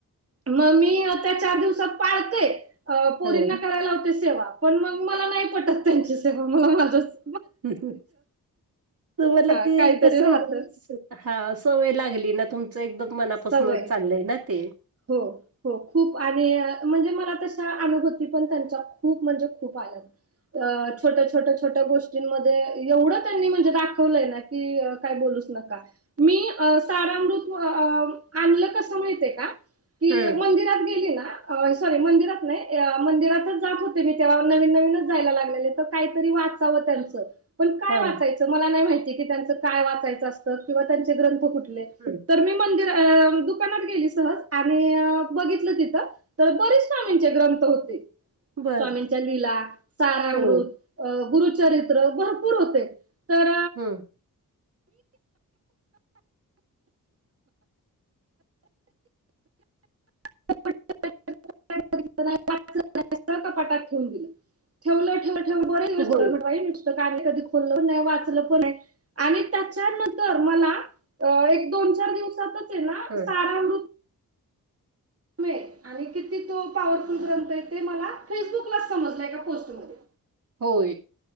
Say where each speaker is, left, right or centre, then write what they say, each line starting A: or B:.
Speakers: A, on the right; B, on the right.
A: मग मी त्या चार दिवसात पाळते. अ पोरींना
B: हं.
A: करायला लावते सेवा पण मग मला नाही पटत त्यांची सेवा मला माझंच
B: तूम्ही ते मला <inaudible>
A: हा
B: एकदा
A: काहीतरी
B: सांगितलं
A: राहत
B: तसं हा सवय लागली ना तुमचं एकदम मनापासूनच
A: सवय
B: चाललंय ना ते.
A: हो. हो आणि मला तसा अनुभूती पण त्यांचा खूप म्हणजे खूप आलाय. अ छोट्या, छोट्या, छोट्या गोष्टींमध्ये एवढं त्यांनी म्हणजे दाखवलंय ना की काय बोलूच नका. मी सारामृत आणलं कसं माहित आहे का? ते
B: हम्म
A: मंदिरात गेली ना सॉरी मंदिरात नाही. मंदिरातच जात होते मी तेव्हा नवीन नवीनच जायला लागलेले काहीतरी वाचावं त्यांचं. पण काय
B: हा
A: वाचायचं मला नाही माहिती की त्यांचं काय वाचायचं असतं. किंवा त्यांचे ग्रंथ कुठे ले
B: हं.
A: तर मी मंदिर दुकानात गेली सहज आणि बघितलं तिथं तर बरेच स्वामींचे ग्रंथ होते.
B: बर
A: स्वामींच्या लीला, सारा
B: हो
A: अमृत. अ गुरुचरित्र भरपूर होते तर
B: हम्म.
A: <inaudible> <unintelligible> <inaudible> पाटात ठेवून दिलं ठेवलं ठेवलं बरे दिवसत
B: होय
A: का <inaudible> कधी खोललं नाही वाचलं पण आहे. आणि त्याच्यानंतर मला अ एक, दोन, चार दिवसातच आहे ना
B: हं.
A: सारामृत <inaudible> आणि किती तो पॉवरफुल ग्रंथ आहे‌. ते मला फेसबुकलाच समजला एका पोस्टमध्ये.
B: होय.